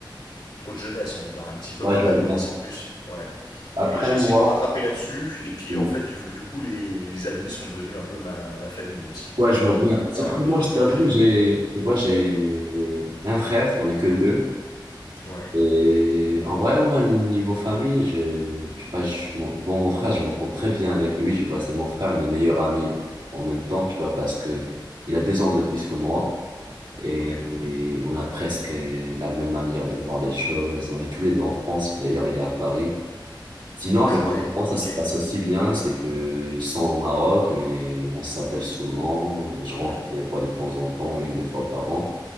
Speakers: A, on the left; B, on the right.
A: trop de jeunesse, on va dire, un petit peu
B: Ouais,
A: quand
B: je
A: même,
B: vois bien.
A: mais sans plus. Ouais.
B: Après
A: Et j'ai
B: moi,
A: essayé de me rattraper là-dessus. Et puis
B: Hmm.
A: en fait, du, du coup, les, les amis sont devenus un peu ma, ma famille aussi.
B: ouais, je
A: Voilà,
B: vois bien.
A: maintenant c'est
B: Après
A: un mél-
B: moi, je t'avoue,
A: mélange des deux.
B: j'ai, tu vois, j'ai un frère, on est que deux.
A: Ouais,
B: Et en vrai, moi, niveau famille, j'ai, tu vois, je- mon, bon, mon frère, je m'entends très bien avec lui. Tu vois, c'est mon frère, mes meilleurs amis en même temps, tu vois, parce que il a deux ans de plus que moi et,
A: ouais.
B: et on a presque la même manière de voir les choses. On est tous les deux en France. D'ailleurs, il est à Paris. Sinon,
A: Ah
B: avec mes
A: ouais,
B: parents, ça
A: ok.
B: se passe aussi bien. C'est que ils sont au Maroc, mais on s'appelle souvent. Je
A: Mhm.
B: rentre les vois de temps en temps, une, deux fois par an.